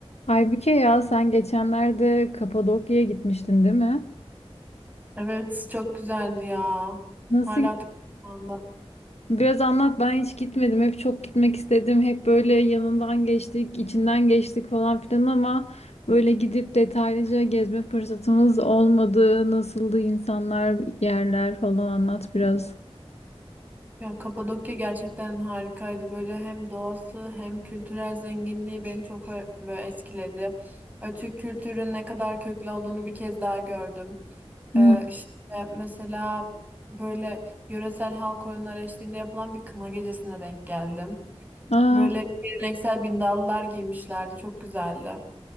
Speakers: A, on the left (about 80°); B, on the right (about 15°).
A: Halbuki ya sen geçenlerde Kapadokya'ya gitmiştin değil mi?
B: Evet, çok güzeldi ya.
A: Nasıl
B: Hala
A: gitti?
B: aklımda.
A: Biraz anlat ben hiç gitmedim. Hep çok gitmek istedim. Hep böyle yanından geçtik, içinden geçtik falan filan ama böyle gidip detaylıca gezme fırsatımız olmadı. Nasıldı insanlar, yerler falan anlat biraz.
B: Ya Kapadokya gerçekten harikaydı. Böyle hem doğası hem kültürel zenginliği beni çok ö- böyle etkiledi. Ö, Türk kültürünün ne kadar köklü olduğunu bir kez daha gördüm.
A: Hı.
B: Ee, işte mesela böyle yöresel halk oyunları eşliğinde yapılan bir kına gecesine denk geldim.
A: Aa,
B: Böyle geleneksel bindallılar giymişlerdi. Çok güzeldi.